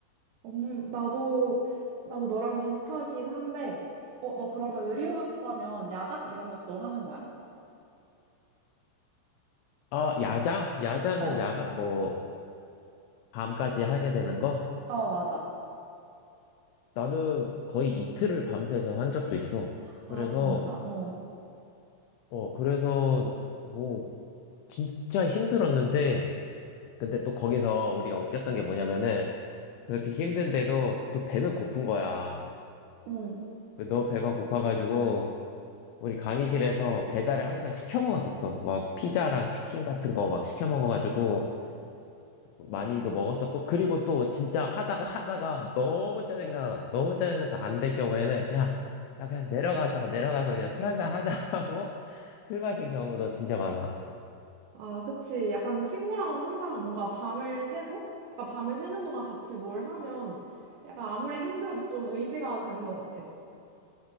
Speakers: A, on the right (about 75°); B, on the left (about 90°).
A: 음, 나도, 나도 너랑 비슷하긴 한데, 어, 너 그러면 의류학과면 야작 이런 것도 하는 거야?
B: 아, 야자? 야자는
A: 어,
B: 야가 뭐 밤까지 하게 되는 거?
A: 어, 맞아.
B: 나는 거의 이틀을 밤새서 한 적도 있어.
A: 아,
B: 그래서
A: 진짜? 어,
B: 어 그래서 뭐 진짜 힘들었는데 근데 또 거기서 우리가 웃겼던 게 뭐냐면은 그렇게 힘든데도 또 배는 고픈 거야.
A: 응.
B: 너 배가 고파가지고 우리 강의실에서 배달을 항상 시켜 먹었었어. 막 피자랑 치킨 같은 거 막 시켜 먹어가지고 많이도 먹었었고, 그리고 또 진짜 하다가 하다가 너무 짜증나, 너무 짜증나서 안 될 경우에는 야, 야 그냥 내려가서 내려가서 그냥 술 한잔 하자 <laughs> 하고 술 마신 경우도 진짜 많아.
A: 아, 그치. 약간 친구랑 항상 뭔가 밤을 새고, 약간 밤을 새는 동안 같이 뭘 하면, 약간 아무리 힘들어도 좀 의지가 되는 것 같아.